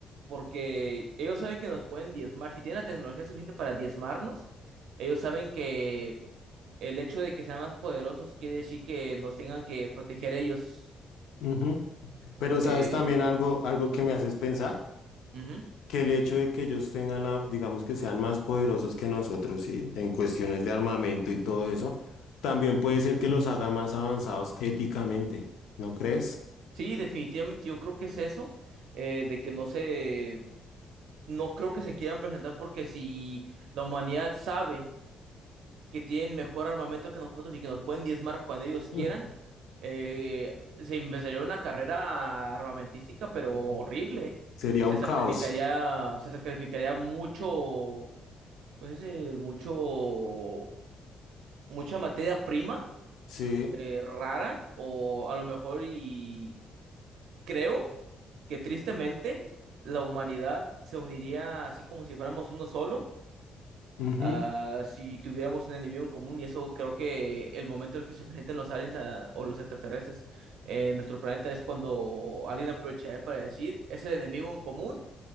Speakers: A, on the right; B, on the left.
A: porque ellos saben que nos pueden diezmar. Si tienen la tecnología suficiente para diezmarnos, ellos saben que el hecho de que sean más poderosos quiere decir que nos tengan que proteger ellos.
B: ujú. Pero sabes
A: Eh,
B: también algo, algo que me haces pensar.
A: ujú.
B: que el hecho de que ellos tengan la, digamos que sean más poderosos que nosotros, ¿sí? En cuestiones de armamento y todo eso, también puede ser que los haga más avanzados éticamente, ¿no crees?
A: Sí, definitivamente yo creo que es eso, eh, de que no se, no creo que se quieran presentar porque si la humanidad sabe que tienen mejor armamento que nosotros y que nos pueden diezmar cuando ellos quieran,
B: Mm.
A: eh, se empezaría una carrera armamentística, pero horrible.
B: Sería
A: Se
B: un
A: sacrificaría,
B: caos,
A: se sacrificaría mucho, pues, eh, mucho, mucha materia prima
B: ¿sí?
A: eh, rara o a lo mejor y creo que tristemente la humanidad se uniría así como si fuéramos uno solo,
B: Ujú.
A: ah, si tuviéramos un enemigo en común, y eso creo que el momento en el que se presenten los aliens ah, o los extraterrestres en nuestro planeta es cuando alguien aprovecharía para decir, es el enemigo en común